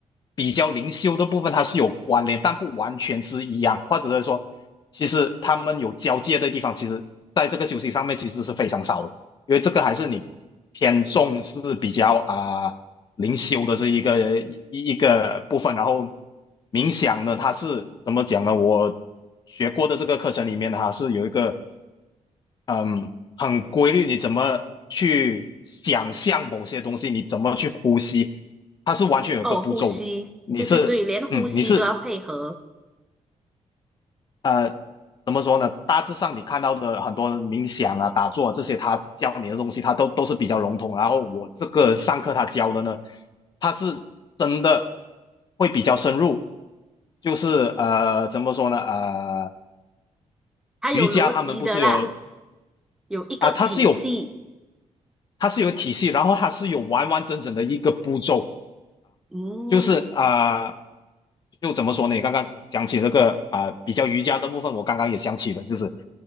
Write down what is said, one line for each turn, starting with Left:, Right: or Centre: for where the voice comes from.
Left: 比较灵修的部分它是有关联，但不完全是一样，或者是说，其实他们有交界的地方，其实在这个休息上面其实是非常少的，因为这个还是你偏重是比较啊、呃灵修的这一个一一个部分，然后冥想呢，它是怎么讲呢？我学过的这个课程里面，哈是有一个嗯，很规律，你怎么去想象某些东西，你怎么去呼吸，它是完全有一个步骤的你是，
Centre: 哦。呼吸，对对对，连呼吸都要配合，
Left: 嗯，你是呃，怎么说呢？大致上你看到的很多冥想啊、打坐啊这些，他教你的东西，他都都是比较笼统。然后我这个上课他教的呢，他是真的会比较深入，就是呃，怎么说呢？呃，
Centre: 还有逻辑的啦，
Left: 瑜伽他们不是有
Centre: 有一个体系。
Left: 啊，他是有。它是有体系，然后它是有完完整整的一个步骤，
Centre: 嗯
Left: 就是啊、呃就怎么说呢？你刚刚讲起这个啊、呃比较瑜伽的部分，我刚刚也想起的，就是